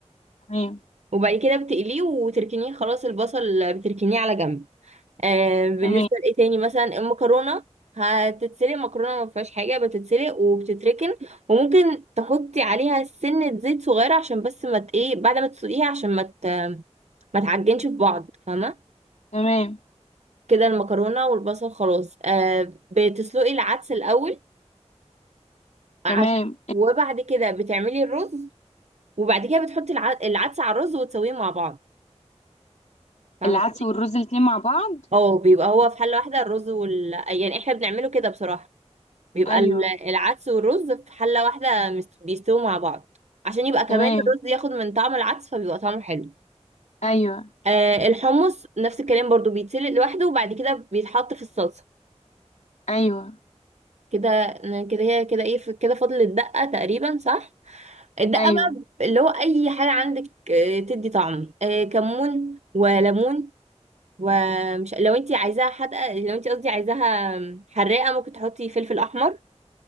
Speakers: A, on the left (about 75°); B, on the right (about 70°).
A: تمام
B: وبعد كده بتقليه وتركنيه خلاص البصل بتركنيه على جنب آه بالنسبة
A: تمام
B: لإيه تاني مثلا المكرونة هتتسلق مكرونة ما فيهاش حاجة بتتسلق وبتتركن وممكن تحطي عليها سنة زيت صغيرة عشان بس ما ت- ايه بعد ما تسلقيها عشان ما ت- ما تعجنش في بعض فاهمة
A: تمام
B: كده المكرونة والبصل خلاص آه بتسلقي العدس الأول عشان
A: تمام
B: وبعد كده بتعملي الرز وبعد كده بتحطي الع- العدس على الرز وتسويه مع بعض فاهمة
A: العدس
B: قصدي؟
A: والرز الاتنين مع بعض
B: اه بيبقى هو في حلة واحدة الرز وال يعني احنا بنعمله كده بصراحة بيبقى
A: ايوه
B: ال- العدس والرز في حلة واحدة مست- بيستووا مع بعض عشان يبقى كمان
A: تمام
B: الرز ياخد من طعم العدس فبيبقى طعمه حلو
A: ايوه
B: آه الحمص نفس الكلام برضو بيتسلق لوحده وبعد كده بيتحط في الصلصة
A: ايوه
B: كده كده هي كده ايه في- كده فاضل الدقة تقريبا صح الدقة
A: ايوه
B: بقى اللي هو اي حاجة عندك آه، تدي طعم آه كمون وليمون ومش لو انت عايزاها حادقة لو انت قصدي عايزاها حراقة ممكن تحطي فلفل احمر